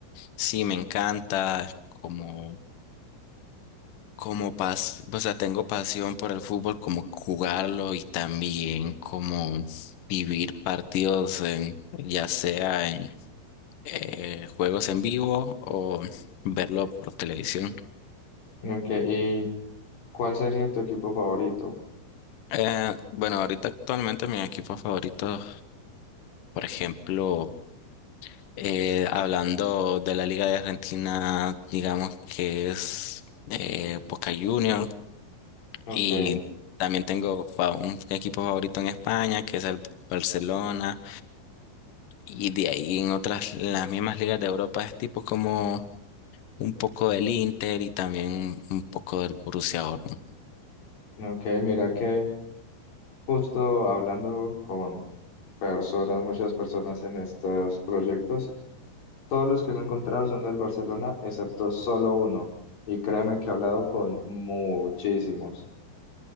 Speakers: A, on the left; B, on the left.
A: sí, me encanta como, como pas, o sea, tengo pasión por el fútbol, como jugarlo y también como vivir partidos en, ya sea en eh, juegos en vivo o verlo por televisión.
B: Ok, ¿y cuál sería tu equipo favorito?
A: Eh, bueno, ahorita actualmente mi equipo favorito, por ejemplo, Eh, hablando de la Liga de Argentina, digamos que es eh, Boca Juniors
B: Ok,
A: y también tengo fa- un equipo favorito en España que es el Barcelona y de ahí en otras, en las mismas ligas de Europa es tipo como un poco del Inter y también un, un poco del Borussia Dortmund.
B: ok, mira que justo hablando con personas, muchas personas en estos proyectos. Todos los que me he encontrado son del Barcelona, excepto solo uno. Y créeme que he hablado con muchísimos. <laughs>